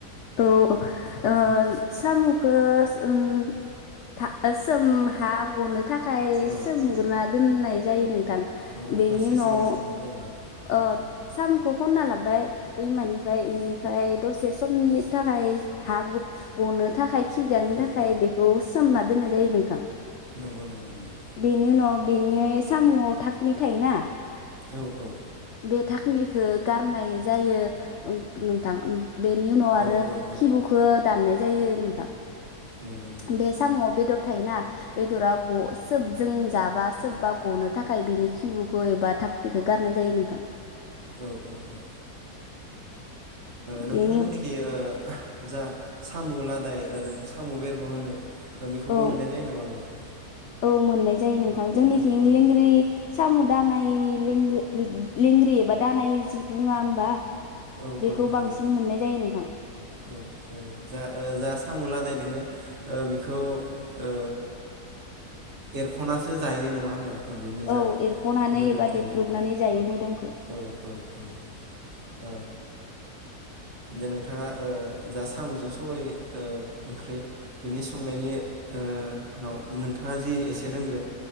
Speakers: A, on the left; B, on the right.
A: औ ओम साम'खौ सोमथा सोमहा गनो। थाखाय
B: औ
A: सोमग्रोना
B: औ
A: दोननाय जायो नोंथां
B: औ
A: बेनि
B: हरसे
A: उनाव
B: सिगां सोमनाय जायोना
A: ओ साम'खौ खनना लाब्बाय दैमानिफ्राय इनिफ्राय दसे समनि थाखाय हा गु गनो थाखाय खि गारनो
B: औ
A: थाखाय
B: औ
A: बेखौ सोमना दोननाय जायो नोंथां।
B: नंगौ नंगौ नंगौ।
A: बेनि उनाव बेनि साम'आव धाकनि थायोना
B: औ औ।
A: बे धाकनिखौ गारनाय जायो नोंथां। बेनि उनाव आरो
B: औ औ औ
A: खिबुखौ दाननाय जायो नोंथां।
B: नंगौ नंगौ
A: बे साम'आव बेदर थायो ना बेदरा ग सोबजों जाबा सोबबा गनो थाखाय बिनि खिबुखौ एबा धाकनिखौ गारनाय जायो नोंथां।
B: औ औ औ। नोंथांमोननिखि
A: बेनि
B: ओ जा साम' लादाय जायखौ साम' बेरग' होनो बेखौबो
A: औ
B: मोननाय जायो नामा नोंथां?
A: औ मोननाय जायो नोंथां जोंनिखि
B: औ औ
A: लेंग्रि साम' दानाय लेंगि लेंग्रि एबा दानाय बुङा होमबा?
B: औ
A: बेखौ
B: औ होनो
A: बांसिन
B: नों
A: मोननाय जायो नोंथां
B: औ औ जा जा साम' लादाय दङो। ओ बिखौ ओ एरख'नासो जायो नङा होमबा? बिनि
A: औ
B: जा
A: एरख'नानै
B: मोदोम
A: एबा
B: थायो
A: देख्रुबनानै
B: बेखौ
A: जायो मोदोमखो
B: औ औ औ ओ दे नोंथाङा ओ जा साम'जों सबाय ओ ओंख्रि बिनि संनायनि ओ नोंथाङा जि एसे रोंगो